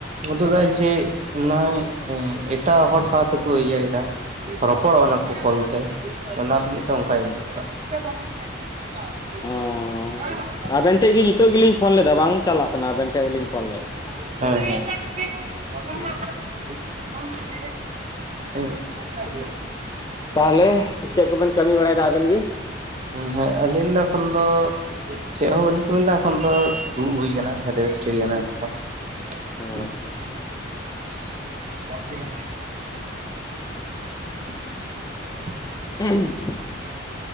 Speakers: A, on the right; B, on the left.
A: ᱩᱫᱩᱜᱟᱭ ᱡᱮ ᱢᱚᱱᱮ ᱦᱚᱭ ᱮᱸ ᱮᱴᱟᱜ ᱦᱚᱲ ᱥᱟᱶᱛᱮᱠᱚ ᱤᱭᱟᱹᱭᱮᱫᱟ ᱾ ᱨᱚᱯᱚᱲᱚᱜᱼᱟ ᱚᱱᱟ ᱠᱚ ᱠᱚᱞᱛᱮ ᱚᱱᱟ ᱞᱟᱹᱜᱤᱫ ᱛᱮ ᱚᱝᱠᱟᱭ <unintelligible> <unintelligible>
B: ᱚᱸᱻ ᱟᱵᱮᱱ ᱴᱷᱮᱡ ᱜᱮ ᱱᱤᱛᱚᱜ ᱜᱤᱞᱤᱧ ᱯᱷᱚᱱ ᱞᱮᱫᱟ ᱵᱟᱝ ᱪᱟᱞᱟᱜ ᱠᱟᱱᱟ ᱟᱵᱮᱱ ᱴᱷᱮᱜ ᱦᱚᱞᱤᱧ ᱯᱷᱚᱱ ᱞᱮᱫ ᱾
A: ᱦᱮᱸ ᱦᱮᱸ ᱾ ᱦᱩᱸ <unintelligible>
B: ᱛᱟᱦᱚᱞᱮ ᱪᱮᱫ ᱠᱚᱵᱮᱱ ᱠᱟᱹᱢᱤ ᱵᱟᱲᱟᱭ ᱮᱫᱟ ᱟᱵᱮᱱ ᱜᱮ?
A: ᱦᱮᱸ ᱟᱹᱞᱤᱧ ᱫᱚ ᱮᱠᱷᱚᱱ ᱫᱚ ᱪᱮᱫ ᱦᱚᱸ ᱵᱟᱹᱞᱤ ᱠᱟᱹᱢᱤ ᱫᱟ ᱮᱠᱷᱚᱱ ᱫᱚ ᱫᱩᱲᱩ ᱦᱩᱭ ᱟᱠᱟᱱᱟ ᱨᱮᱥᱴ ᱦᱩᱭ ᱟᱠᱟᱱᱟ ᱾ <unintelligible>
B: ᱚ
A: <inaudible>
B: <unintelligible>